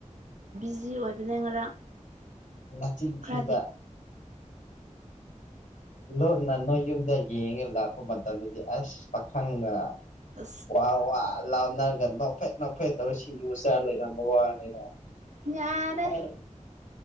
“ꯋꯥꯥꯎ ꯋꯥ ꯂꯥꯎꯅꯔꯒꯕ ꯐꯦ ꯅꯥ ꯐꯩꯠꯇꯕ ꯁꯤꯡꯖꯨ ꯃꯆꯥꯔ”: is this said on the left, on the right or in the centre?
Left